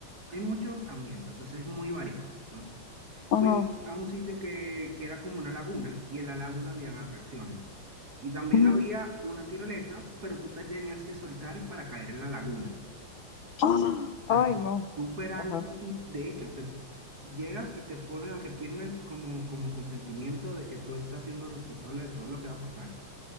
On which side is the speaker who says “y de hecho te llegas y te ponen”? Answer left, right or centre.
Right